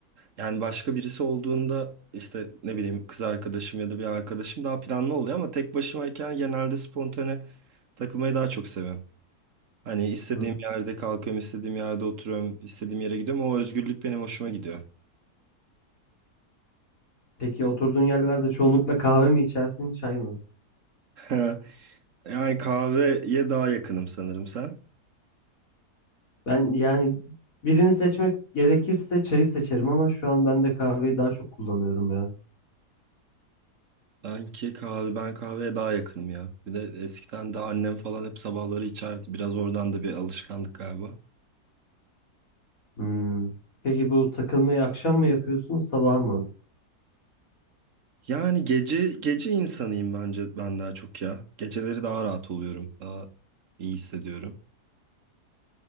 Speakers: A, on the right (about 55°); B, on the left (about 60°).
A: Yani başka birisi olduğunda işte ne bileyim kız arkadaşım ya da bir arkadaşım daha planlı oluyor ama tek başımayken genelde spontane takılmayı daha çok seviyorum. Hani istediğim
B: Hmm.
A: yerde kalkıyorum, istediğim yerde oturuyorum, istediğim yere gidiyorum. O özgürlük benim hoşuma gidiyor.
B: Peki oturduğun yerlerde çoğunlukla kahve mi içersin, çay mı?
A: <laughs> Yani kahveye daha yakınım sanırım sen.
B: Ben yani birini seçmek gerekirse çayı seçerim ama şu an ben de kahveyi daha çok kullanıyorum ya.
A: Sanki kahve, ben kahveye daha yakınım ya. Bir de eskiden de annem falan hep sabahları içerdi. Biraz oradan da bir alışkanlık galiba.
B: Hmm. Peki bu takılmayı akşam mı yapıyorsun, sabah mı?
A: Yani gece gece insanıyım bence ben daha çok ya. Geceleri daha rahat oluyorum. Daha iyi hissediyorum.